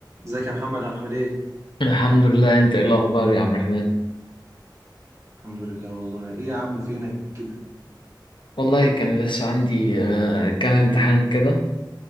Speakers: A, on the right (about 40°); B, on the left (about 85°).
A: ازيك يا محمد عامل ايه؟
B: الحمد لله انت ايه الاخبار يا عبد الرحمن
A: الحمد لله والله ايه يا عم فينك كده
B: والله كان لسه عندي آه، كام امتحان كده